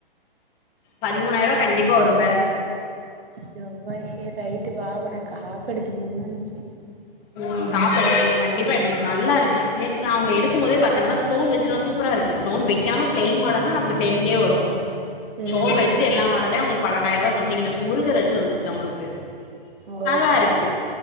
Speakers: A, on the left (about 30°); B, on the right (about 75°).
A: பதிமூணாயிரூவா கண்டிப்பா வரும்ப
B: செவ்வாய் சேர் ரைட்டு வா ஒனக்கு காப்பு எடுத்து குடுக்கனுன் நெனச்சே
A: ம் காப்பெடுத்துக் குடு கண்டிப்பா எடுத்து குடு நல்லா இருக்கு ஜி ஆர் டி நா அவ்ங்க எடுக்கும்போதே பாத்தே நல்லா ஸ்டோன் வெச்சு நல்லா சூப் ப்பரா இருக்கு ஸ்டோன் வெக்காம ப்ளைன் மாடல்னா நமக்கு டென் கே வரு ஸ்டோன்
B: ம்
A: வெச்சு எல்லா மாடல்லயு அவ்களுக்கு பன்னெண்டாயிரூவா சம்திங் வந்துச்சு முருகர் வெச்சு வந்துச்சு அவ்ங்களுக்கு
B: ஓ
A: அதா இருக்கு